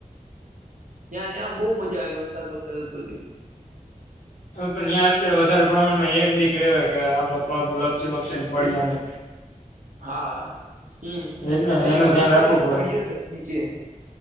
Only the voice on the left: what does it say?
પણ્યાં અત્યારે વધારે પ્રમાણમાં એક બીક રવા કે આપડો પગ લપસી બપસી ને પડ્યા ની
એજ ને
એનું
ધ્યાન
રાખવું
પડે